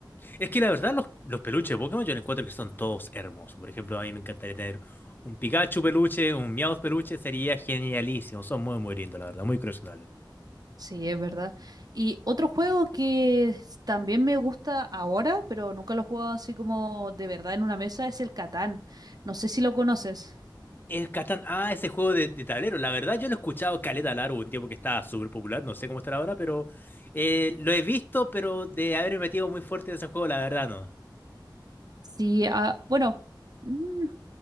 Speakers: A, on the left; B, on the right.
A: Es que la verdad, los, los peluches de Pokémon yo le encuentro que son todos hermosos. Por ejemplo, a mí me encantaría tener un Pikachu peluche, un Meowth peluche, sería genialísimo. Son muy, muy lindos, la verdad, muy coleccionables.
B: Sí, es verdad. Y otro juego que s- también me gusta ahora, pero nunca lo he jugado así como de verdad en una mesa, es el Catán. No sé si lo conoces.
A: El Catán, ah, ese juego de, de tablero. La verdad, yo lo he escuchado caleta largo, un tiempo que estaba súper popular, no sé cómo estará ahora, pero eh, lo he visto, pero de haberme metido muy fuerte en ese juego, la verdad, no.
B: Sí, ah, bueno, mm,